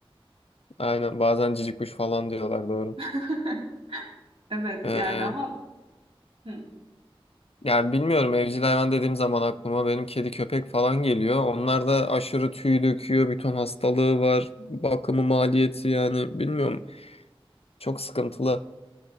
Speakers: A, on the left (about 85°); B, on the right (about 70°).
A: aynen bazen cici kuş falan diyorlar doğru.
B: <laughs> Evet
A: Ee,
B: yani ama hı,
A: yani bilmiyorum evcil hayvan dediğim zaman aklıma benim kedi köpek falan geliyor. Onlar da aşırı tüy döküyor, bir ton hastalığı var, bakımı maliyeti yani bilmiyorum. Çok sıkıntılı.